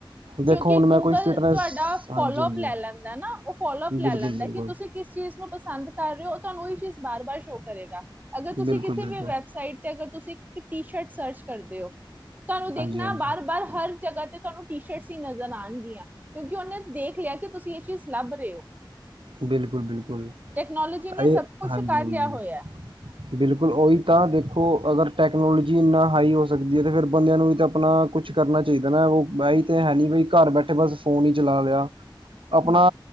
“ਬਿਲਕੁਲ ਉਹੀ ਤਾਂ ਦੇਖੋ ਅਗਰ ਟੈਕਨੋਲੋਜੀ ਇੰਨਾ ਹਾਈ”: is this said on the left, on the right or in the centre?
Right